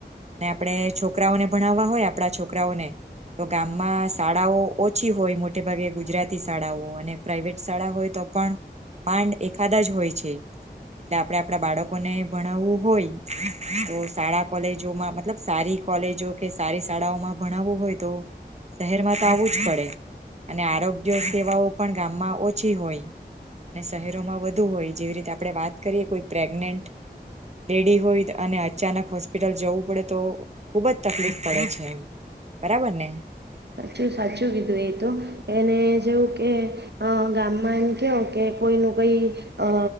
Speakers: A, on the right (about 40°); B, on the right (about 75°).
A: અને આપણે છોકરાઓને ભણાવવા હોય આપણા છોકરાઓને તો ગામમાં શાળાઓ ઓછી હોય મોટે ભાગે ગુજરાતી શાળાઓ અને પ્રાઇવેટ શાળા હોય તો પણ માંડ એાદા જ હોય છે એટલે આપણેે આપણા બાળકોને ભણાવવું હોય તો શાળા કોલેજોમાં મતલબ સારી કોલેજો કે સારી શાળાઓમાં ભણાવવું હોય તો શહેરમાં તો આવવું જ પડે અને આરોગ્ય સેવાઓ પણ ગામમાં ઓછી હોય અને શહેરોમાં વધુ હોય જેવી રીતે આપણે વાત કરીએ કોઈ પ્રેગનેન્ટ લેડી હોય અને અચાનક હોસ્પિટલ જવું પડે તો ખુબ જ તકલીફ પડે છે એમ બરાબર ને
B: સાચું સાચું કીધું એ તો એને જેવું કે અ ગામમાં એમ કયો કે કોઈ ન કઈ અ